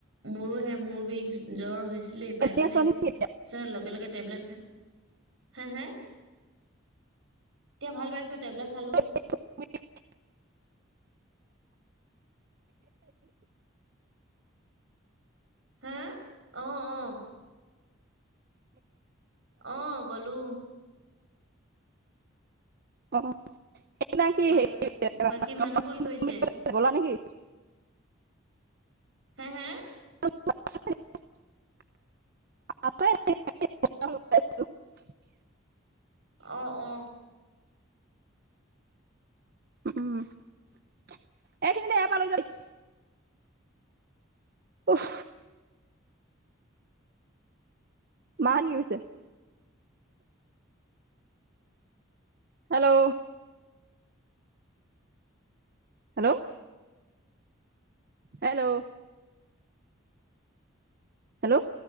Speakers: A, on the right; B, on the right.
A: মোৰো সে মোৰ বিষ। জ্বৰ হৈছিলেই পাইছিলেই।
B: এনে আছ নেকি
A: তাৰপিছত
B: এতিয়া?
A: লগে লগে টেবলেট খাই, হা, হা? এতিয়া ভাল পাইছো, টেবেলট খালো।
B: <unintelligible>
A: হা? অ। অ', অ গলো।
B: অ সেইদিনাখন
A: বা বাকী মানুহবোৰ কি কৰিছে?
B: <unintelligible> গলা নে কি?
A: হা হা
B: <unintelligible> <unintelligible>
A: অ, অ।
B: উম, এইখিনিতে ইয়াৰ পৰা লৈ যাবি। উফ। মাহঁত কি কৰিছে? Hello hello hello. হেল্ল'।